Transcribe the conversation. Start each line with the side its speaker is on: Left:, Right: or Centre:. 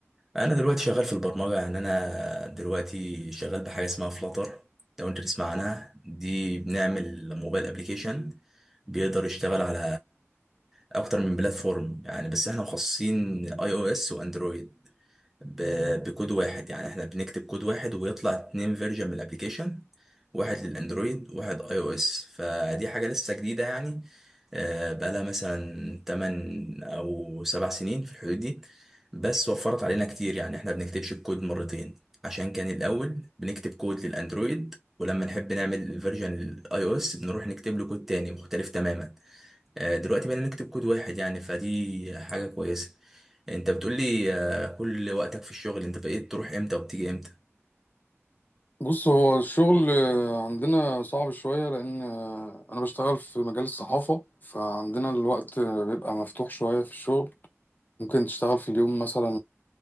Centre: انا دلوقتي شغال في البرمجة يعني انا دلوقتي شغال بحاجة اسمها فلاتر لو انت تسمع عنها دي بنعمل موبايل ابليكيشن بيقدر يشتغل على اكتر من بلاتفورم يعني بس احنا مخصصين اي او اس واندرويد ب- بكود واحد يعني احنا بنكتب كود واحد ويطلع اتنين فيرجن من الابليكيشن واحد للاندرويد واحد اي او اس فدي حاجة لسه جديدة يعني آه، بقالها مثلا 8 او 7 سنين في الحدود دي بس وفرت علينا كتير يعني احنا بنكتبش الكود مرتين عشان كان الاول بنكتب كود للاندرويد ولما نحب نعمل فيرجن للاي او اس بنروح نكتب له كود تاني مختلف تماما آه، دلوقتي بقينا نكتب كود واحد يعني فدي حاجة كويسة انت بتقولي آه، كل وقتك في الشغل انت بقيت تروح امتى وبتيجي امتى
Left: بص هو الشغل آه، عندنا صعب شوية لان آه، انا بشتغل في مجال الصحافة فعندنا الوقت آه، بيبقى مفتوح شوية في الشغل ممكن تشتغل في اليوم مثلا